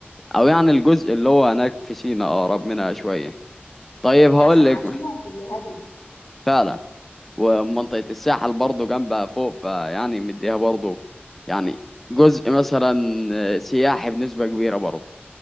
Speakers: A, in the centre; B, on the left.
A: او يعني الجزء اللي هو هناك في سينا أقرب منها شوية طيب
B: هي
A: هقول
B: عشان
A: لك
B: معزوله فهي هاديه
A: فعلا ومنطقة الساحل برضه جنبها فوق فيعني مديها برضه يعني جزء مثلا سياحي بنسبة كبيرة برضه